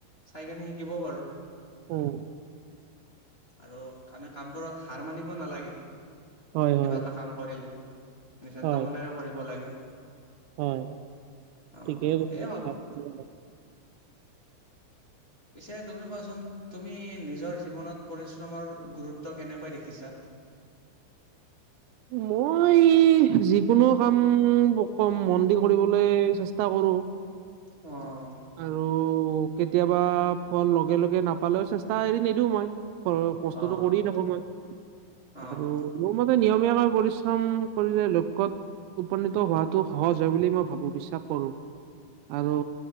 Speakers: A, on the left; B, on the right.
A: চাই কেনে শিকিব পাৰো।
B: উম।
A: আৰু আমি কামবোৰত হাৰ মানিব নালাগে।
B: হয় হয়
A: কিবা এটা কাম কৰিলে নিচান্ত
B: হয়
A: মনেৰে কৰিব লাগে।
B: হয়
A: অ'
B: ঠিকেই
A: সেয়ে
B: কৈছা
A: ভাবো। পিছে তুমি কচোন তুমি নিজৰ জীৱনত পৰিশ্ৰমৰ গুৰুত্ব কেনেকৈ দেখিছা?
B: মই যিকোনো কাম কম মন্দিৰ কৰিবলৈ চেষ্টা কৰো।
A: অ'।
B: আৰু কেতিয়াবা ফল লগে লগে নাপালেও চেষ্টা এৰি নিদিওঁ মই। ফল কষ্টোটো
A: অ',
B: কৰিয় থাকো মই
A: অ',
B: আৰু মোৰ ম নিয়মীয়াকৈ পৰিশ্ৰম কৰিলে লক্ষ্যত উপনীত হোৱাতো সহজ হয় বুলি মই ভাবো, বিশ্বাস কৰো আৰু